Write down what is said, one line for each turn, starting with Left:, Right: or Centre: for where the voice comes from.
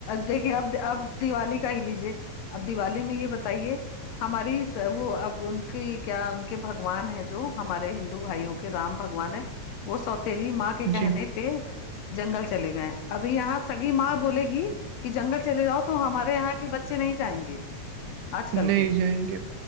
Left: دیکھیے اب اب دیوالی کا ہی لیجئے اب دیوالی میں یہ بتائیے ہماری وہ اب ان کی کیا ان کے بگوان ہے جو ہمارے ہندو بھائیوں کے رام بگوان ہے وہ سوتیلی ماں کے
Right: جی
Left: کہنے پہ جنگل چلے گئے ابھی یہاں سگی ماں بولے گی کہ جنگل چلے جاؤ تو ہمارے یہاں کے بچے نہیں جائیں گے آج کل
Right: نہیں
Left: کے
Right: جائیں گے